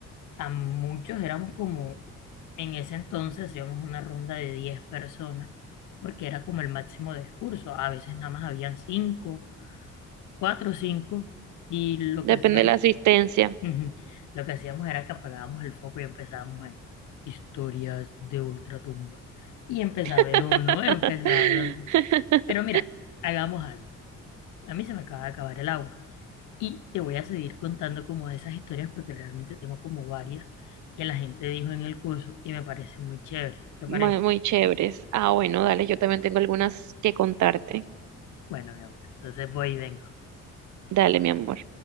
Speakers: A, on the left (about 75°); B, on the right (about 70°).
A: a muchos éramos como, en ese entonces hacíamos una ronda de diez personas. porque era como el máximo del curso. A veces nada más habían cinco, cuatro o cinco, y lo
B: Depende
A: que hacíamos,
B: de la asistencia.
A: ujú, lo que hacíamos era que apagábamos el foco y empezábamos a historias de ultratumba. Y empezaba
B: <laughs>
A: el uno, empezaba el otro. Pero mira, hagamos algo. A mí se me acaba de acabar el agua. Y te voy a seguir contando como de esas historias porque realmente tengo como varias que la gente dijo en el curso y me parece muy chévere. ¿Te
B: Muy,
A: parece?
B: muy chéveres. Ah, bueno, dale, yo también tengo algunas que contarte.
A: Bueno, mi amor, entonces voy y vengo.
B: Dale, mi amor.